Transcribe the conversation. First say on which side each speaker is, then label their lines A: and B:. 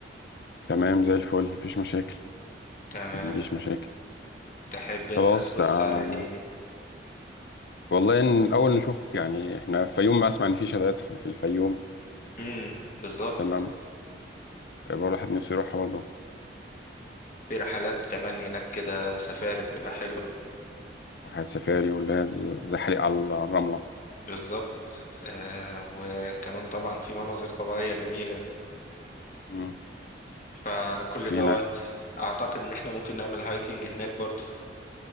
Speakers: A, on the left (about 60°); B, on the left (about 45°).
A: تمام زي الفل مفيش مشاكل
B: تمام
A: ما عنديش مشاكل
B: تحب انت
A: خلاص
B: تبص
A: آه.
B: على ايه
A: والله إن الأول نشوف يعني احنا في الفيوم ما أسمع إن في شلالات في في الفيوم
B: امم بالظبط
A: تمام يبقى الواحد نفسه يروحها برضه
B: في رحلات كمان هناك كده سفاري بتبقى حلوه
A: واحد سفاري واللي هي ز- زحليق على على الرملة
B: بالظبط آه وكمان طبعا في مناظر طبيعيه جميله
A: مم.
B: فكل
A: وفي
B: دوت
A: هناك
B: اعتقد ان احنا ممكن نعمل هايكنج هناك برضو